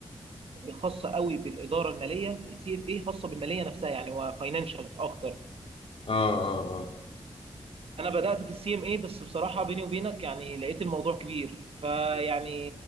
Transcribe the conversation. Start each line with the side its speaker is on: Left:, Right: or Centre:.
Right: خاصه قوي بالاداره الماليه السي اف اي خاصه بالماليه نفسها يعني هو فاينانشال اكتر
Left: اه اه اه
Right: انا بدات في السي ام اي بس بصراحه بيني وبينك يعني لقيت الموضوع كبير فيعني